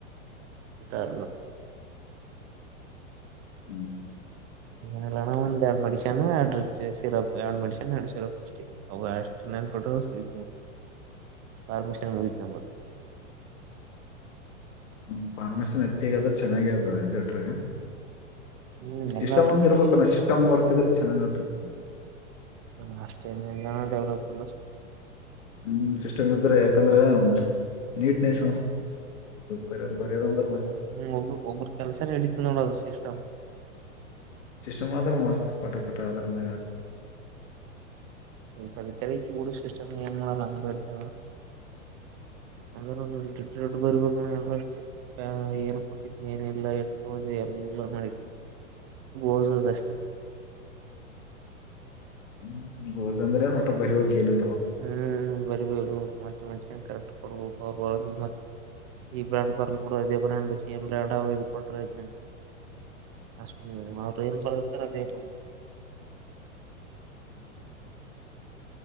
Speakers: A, on the right (about 35°); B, on the left (about 65°).
A: ಉತ್ತಾರ
B: ಹ್ಮ್್ಮ
A: ಏನಲ್ಲ ಒಂದ್ ಎರಡು ಮೆಡಿಶನ್ ಎರಡು ಸಿರಪ್ ಎರಡು ಮೆಡಶನ್ ಎರಡು ಸಿರಪ್ ಇಷ್ಟ ಅವ ಅಷ್ಟು ನೆನ್ಪಿಟ್ಟ್ರ ಪರ್ಮಿಷನ್ ಮುಗತ್ ನಮ್ಮ
B: ಪಫಾರ್ಮಸನ್ ಎತ್ತಿಗ ಅದ ಚೆನ್ನಾಗ ಅದ ಎದ್ದಟ್ರಗ
A: ಹ್ಮ್
B: ಸಿಸ್ಟಮ್
A: ಎಲ್ಲ
B: ಒಂದ ಇರ್ಬೇಕಣ ಸಿಸ್ಟಮ್ ವರ್ಕ್ ಇದ್ರೆ ಚೆನ್ನಾಗ ಆತದೆ
A: ಲಷ್ಟ ಎಲ್ಲ ಡೆವಲಪ್ ಅಲ್ಲ
B: ಹ್ಮ್ ಸಿಸ್ಟಮ್ ಇದರ್ದ್ರ ಯಾಕಂದ್ರ ನೀಟ್ನೆಸ್ ಪರಂಪರೆ ನ
A: ಹ್ಮ್ ಒಬ್ಬ ಒಬ್ಬೊರು ಕೆಲಸರ ಎಡತ ನಳ ಶ
B: ು ಮಾತ್ರ ಮಸ್ತ್ ಪಟ ಪಟ ಅದರ ಮ
A: ಸ ತರಗೆ ಕೂಡ ಸಷ್ಟ ಏನು ಮಾಡಲ್ಲ ಅಂಗರ್ತ
B: ಹ್ಮ
A: ಅ್ರಡ್ ದೊಡ್ಡು ಬರ್ಬೇಕು ಎಲ್ಲ ಅಷ್ಟೇ ಏನ್ ಕೊಟ್ಟಿದ್ದ್ ಏನಿಲ್ಲಾ ಇ ತ್ಿ ಎಲ್ಲ ಎಲ್ಲ ಮಾಡ ಓಸದಷ್ಟೇ
B: ಹ್ಮ ಗೋಜಂದ್ರೆ ಮಟ ಭರಿವನ
A: ಹ್ಮ್ ಬರಿಬ ಮತ್ತ ಮೆಸನ್ ಕರೆಕ್ಟ್ ಕೊಡ್ಬೇಕ ಮ ಈ ಬ್ರಾಂಡ್ ಬರಲ್ಪೂಡ ಅದೇ ಬ್ರಂಡ್ ಸಿಎಂ ರಾಡಾವ ಇಐದು ಕೊೋಟ ರ ಅಷ್ಟ ಅವರು ಏನು ಪಡದುತಾರೆ ಅದೇ ಪಡ
B: ಹ್ಮ್